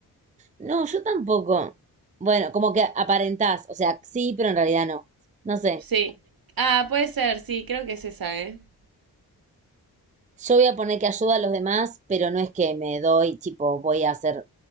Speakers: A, on the right; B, on the right.
A: No, yo tampoco. Bueno, como que aparentás, o sea, sí, pero en realidad no. No sé.
B: Sí. Ah, puede ser, sí, creo que es esa, ¿eh?
A: Yo voy a poner que ayuda a los demás, pero no es que me doy, tipo, voy a hacer,